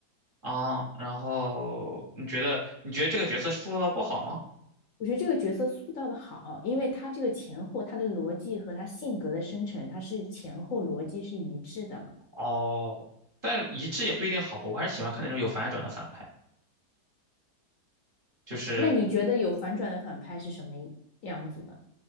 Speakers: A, on the right; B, on the left.
A: 啊。然后你觉得你觉得这个角色塑造的不好吗？
B: 我觉得这个角色塑造的好，因为他这个前后他的逻辑和他性格的生成，他是前后逻辑是一致的嘛。
A: 哦，但一致也不一定好吧。我还是喜欢看那种有反转的反派，就是
B: 那你觉得有反转的反派是什么样子的？